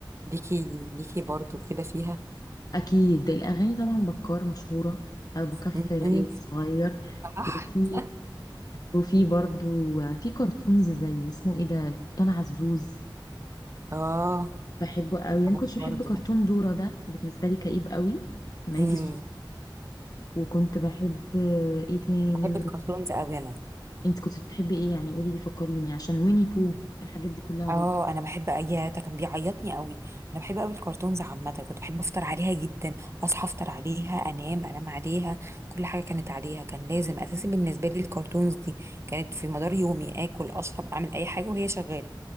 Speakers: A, on the right (about 35°); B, on the left (about 50°).
A: ليكي ليكي برضه كده فيها
B: أكيد الأغاني طبعا بكار مشهورة أبو كف
A: مم.
B: راقي وصغير
A: صح
B: وفي
A: <laughs>
B: وفي برضو في كرتونز زي اسمه إيه ده القبطان عزوز
A: اه
B: بحبه قوي يعني
A: زمان
B: ما كنتش
A: برضه
B: بحب كرتون دورة ده بالنسبة لي كئيب قوي لما
A: مم.
B: يجي الصبح وكنت بحب إيه تاني
A: بحب الكرتونز أوي أنا
B: أنت كنت بتحبي إيه يعني قولي لي فكريني عشان ويني بو الحاجات دي كلها
A: اه
B: برضو
A: انا بحب اي ده كان بيعيطني قوي انا بحب قوي الكرتونز عامه كنت بحب افطر عليها جدا اصحى افطر عليها انام انام عليها كل حاجه كانت عليها كان لازم اساسي بالنسبه لي الكرتونز دي كانت في مدار يومي اكل اشرب اعمل اي حاجه وهي شغاله